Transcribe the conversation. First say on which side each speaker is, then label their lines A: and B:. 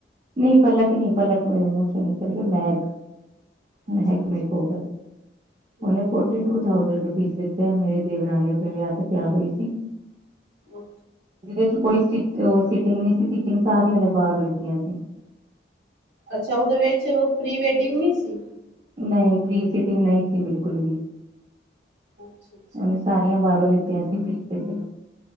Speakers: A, on the right; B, on the right.
A: ਨਹੀਂ ਪਲਕ ਨਹੀਂ, ਪਲਕ ਮੇਰੇ ਮੂੰਹ ਚੋਂ ਨਿਕਲਹ ਗੀ। ਮਹਿਕ
B: ਅੱਛਾ
A: ਮਹਿਕ ਮੇਰੇ ਕੋਲ ਹੈ।
B: ਅੱਛਾ।
A: ਉਹਨੇ ਫੋ ਫੋਰਟੀ-ਟੂ-ਥਾਜੂਡ, ਰੁਪੀਜ਼ ਲੱਤੇ ਉਹਨੇ, ਮੇਰੀ ਦੇਵਰਾਨੀ ਆਪਣੇ ਵਿਆਹ ਤਿਆਰ ਹੋਈ ਸੀ।
B: ਅੱਛਾ।
A: ਜਹਦੇ ਚ ਕੋਈ ਸੀਟਿੰਗ ਨ ਸੀ, ਸੀਟਿੰਗ ਸਾਰੀ ਉਹਨੇ ਬਾਹਰੋਂ ਲਿੱਤੀਆਂ ਸੀ।
B: ਅੱਛਾ। ਉਹਦੇ ਵਿੱਚ ਪ੍ਰੀ ਵੈਡਿੰਗ ਨੀ ਸੀ।
A: ਨਹੀਂ ਪ੍ਰੀ ਸੀਟਿੰਗ ਨਹੀਂ ਸੀ ਬਿਲਕੁਲ ਵੀ
B: ਅੱਛਾ- ਅੱਛਾ।
A: ਉਹਨੇ ਸਾਰੀਆਂ ਬਾਹਰੋਂ ਲਿੱਤੀਆਂ ਸੀ ਸ